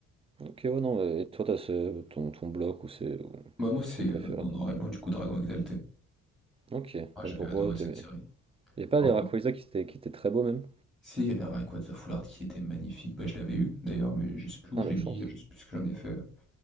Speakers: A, on the right; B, in the centre.
A: Ok, ouais, non, et toi, t'as ce- ton, ton bloc ou c'est ou
B: Bah, moi, c'est,
A: truc préféré.
B: heu, dans Noir et Blanc, du coup, Dragon Exalté.
A: Ok, et
B: Ah, j'avais
A: pourquoi
B: adoré
A: t'aimais?
B: cette série.
A: Y a pas
B: En
A: des
B: fait,
A: Rayquaza qui étaient, qui étaient très beaux même?
B: si, il y avait un Rayquaza foulard qui était magnifique. Bah, je l'avais eu, d'ailleurs, mais je sais plus où
A: Ah,
B: je
A: la
B: l'ai mis,
A: chance.
B: je sais plus ce que j'en ai fait. Parce